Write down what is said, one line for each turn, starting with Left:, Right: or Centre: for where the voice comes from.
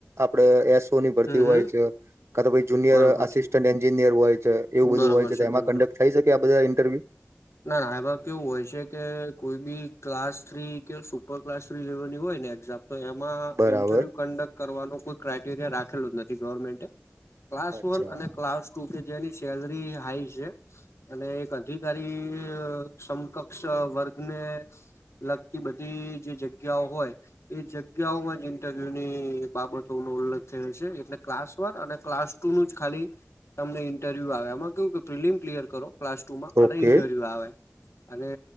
Right: આપડે એસોની ભરતી
Left: હમ
Right: હોય
Left: હમ
Right: છે કાંતો જુનિયર
Left: બરોબર
Right: આસિસ્ટન્ટ
Left: છે
Right: એન્જિનિયર હોય છે એવું
Left: બરોબર
Right: બધું હોય છે
Left: બરોબર
Right: એમાં કંડક થઈ શકે આ બધા ઇન્ટરવ્યુ
Left: ના ના એમાં કેવું હોય છે કે કોઈ બી ક્લાસ થ્રી કે સુપર ક્લાસ થ્રી લેવલની હોય ને એક્ઝામ તો એમાં
Right: બરાબર
Left: ઇન્ટરવ્યુ કન્ડક્ટ કરવાનો કોઈ ક્રાઈટેરિયા રાખેલું જ નથી ગવર્મેન્ટે ક્લાસ
Right: અચ્છા
Left: વન અને ક્લાસ ટુ કે જેની સેલરી હાઈ છે અને એક અધિકારી થી સમકક્ષ વર્ગને લગતી બધી જે જગ્યાઓ હોય એ જગ્યાઓમાં જ ઇન્ટરવ્યુ ની બાબતોનો ઉલ્લેખ થયો છે એટલે ક્લાસ અને ક્લાસ ટુ નું જ ખાલી તમને ઇન્ટરવ્યુ આવે એમાં કેવું કે પ્રિલિમ ક્લિયર કરો ક્લાસ ટુ માં અને
Right: ઓકે
Left: ઇન્ટરવ્યુ આવે અને